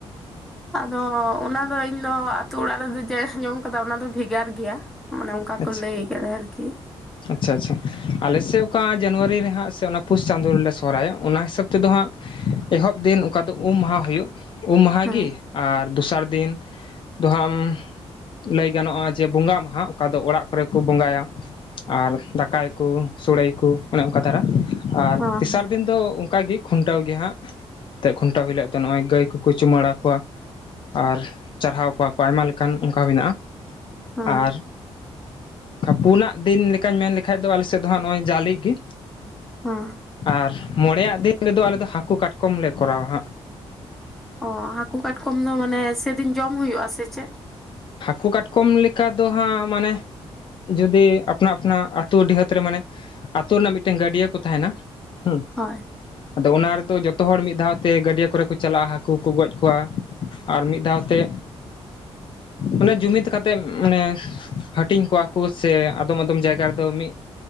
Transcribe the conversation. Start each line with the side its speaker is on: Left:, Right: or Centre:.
Centre: ᱟᱫᱚ ᱚᱱᱟ ᱫᱚ ᱤᱧ ᱫᱚ ᱟᱹᱛᱩ ᱚᱲᱟᱜ ᱨᱮᱫᱚ ᱡᱟᱭ ᱟᱸᱡᱚᱢ ᱠᱟᱫᱟ ᱚᱱᱟ ᱫᱚ ᱵᱷᱮᱜᱟᱨ ᱜᱮᱭᱟ᱾ ᱚᱱᱮ ᱚᱝᱠᱟ
Left: ᱟᱪᱪᱷᱟ
Centre: ᱠᱚ ᱞᱟᱹᱭ ᱟᱠᱟ ᱟᱨᱠᱤ
Left: ᱟᱪᱪᱷᱟ ᱟᱪᱪᱷᱟ ᱟᱞᱮᱥᱮ ᱚᱠᱟ ᱡᱟᱱᱩᱣᱟᱨᱤ ᱨᱮ ᱦᱟᱸᱜ ᱥᱮ ᱚᱱᱟ ᱯᱩᱥ ᱪᱟᱸᱫᱳ ᱨᱮᱞᱮ ᱥᱚᱦᱚᱨᱟᱭᱚ ᱚᱱᱟ ᱦᱤᱥᱟᱹᱵ ᱛᱮᱫᱚ ᱦᱟᱸᱜ ᱮᱦᱚᱵ ᱫᱤᱱ ᱚᱠᱟ ᱫᱚ ᱩᱢ ᱢᱟᱦᱟ ᱦᱩᱭᱩᱜ ᱩᱢ ᱢᱟᱦᱟ
Centre: ᱦᱮᱸ
Left: ᱜᱤ? ᱟᱨ ᱫᱚᱥᱟᱨ ᱫᱤᱱ ᱫᱚ ᱦᱟᱸᱢ ᱞᱟᱹᱭ ᱜᱟᱱᱚᱜᱼᱟ ᱡᱮ ᱵᱚᱸᱜᱟ ᱢᱟᱦᱟ ᱚᱠᱟ ᱫᱚ ᱚᱲᱟᱜ ᱠᱚᱨᱮ ᱠᱚ ᱵᱚᱸᱜᱟᱭᱟ ᱟᱨ ᱫᱟᱠᱟᱭᱠᱚ ᱥᱚᱲᱮᱭᱟᱠᱚ ᱚᱱᱮ ᱚᱱᱠᱟ ᱫᱟᱨᱟ ᱟᱨ
Centre: ᱦᱮᱸ
Left: ᱛᱮᱥᱟᱨ ᱫᱤᱱ ᱫᱚ ᱚᱝᱠᱟᱜᱤ ᱠᱷᱩᱱᱴᱟᱹᱣ ᱜᱮ ᱦᱟᱸᱜ ᱛᱮ ᱠᱷᱩᱱᱴᱟᱹᱣ ᱦᱩᱭᱞᱳᱜ ᱫᱚ ᱱᱚᱜ-ᱚᱭ ᱜᱟᱹᱭ ᱠᱚᱠᱚ ᱪᱩᱢᱟᱹᱲᱟ ᱠᱚᱣᱟ᱾ ᱟᱨ ᱪᱟᱨᱦᱟᱣ ᱠᱚᱣᱟ ᱠᱚ ᱟᱭᱢᱟ ᱞᱮᱠᱟᱱ ᱚᱱᱠᱟ ᱢᱮᱱᱟᱜᱼᱟ᱾
Centre: ᱦᱟᱸ
Left: ᱟᱨ ᱯᱩᱱᱟᱜ ᱫᱤᱱ ᱞᱮᱠᱟᱧ ᱢᱮᱱ ᱞᱮᱠᱷᱟᱡ ᱫᱚ ᱟᱞᱮ ᱥᱮᱫ ᱫᱚ ᱦᱟᱸᱜ ᱱᱚᱜᱼᱚᱭ ᱡᱟᱞᱤ ᱜᱤ᱾
Centre: <unintelligible>
Left: ᱟᱨ ᱢᱚᱲᱮᱭᱟᱜ ᱫᱤᱱ ᱨᱮᱫᱚ ᱟᱞᱮ ᱫᱚ ᱦᱟᱹᱠᱳ ᱠᱟᱴᱠᱚᱢ ᱞᱮ ᱠᱚᱨᱟᱣ-ᱟ ᱦᱟᱸᱜ᱾
Centre: ᱚ ᱦᱟᱹᱠᱩ ᱠᱟᱴᱠᱚᱢ ᱫᱚ ᱢᱟᱱᱮ ᱥᱮᱫᱤᱱ ᱡᱚᱢ ᱦᱩᱭᱩᱜᱼᱟ? ᱥᱮ ᱪᱮᱫ
Left: ᱦᱟᱹᱠᱳ ᱠᱟᱴᱠᱚᱢ ᱞᱮᱠᱟ ᱫᱚ ᱦᱟᱸᱜ ᱢᱟᱱᱮ ᱡᱩᱫᱤ ᱟᱯᱱᱟ ᱟᱯᱱᱟ ᱟᱛᱳ ᱰᱤᱦᱟᱹᱛ ᱨᱮ ᱢᱟᱱᱮ ᱟᱛᱳ ᱨᱮᱱᱟᱜ ᱢᱤᱫᱴᱮᱱ ᱜᱟᱹᱰᱭᱟᱹ ᱠᱚ ᱛᱟᱦᱮᱱᱟ ᱦᱮᱸ
Centre: ᱦᱳᱭ
Left: ᱟᱫᱚ ᱚᱱᱟ ᱨᱮᱫᱚ ᱡᱚᱛᱚ ᱦᱚᱲ ᱢᱤᱫ ᱫᱷᱟᱣᱛᱮ ᱜᱟᱹᱰᱭᱟᱹ ᱠᱚᱨᱮ ᱠᱚ ᱪᱟᱞᱟᱜᱼᱟ ᱦᱟᱹᱠᱩ ᱠᱚ ᱜᱚᱡ ᱠᱚᱣᱟ ᱟᱨ ᱢᱤᱫ ᱫᱷᱟᱣᱛᱮ ᱚᱱᱮ ᱡᱩᱢᱤᱛ ᱠᱟᱛᱮᱢ ᱢᱟᱱᱮ ᱦᱟᱹᱴᱤᱧ ᱠᱚᱣᱟ ᱠᱳ ᱥᱮ ᱟᱫᱚᱢ ᱟᱫᱚᱢ ᱡᱟᱭᱜᱟ ᱨᱮᱫᱚ ᱢᱤᱫ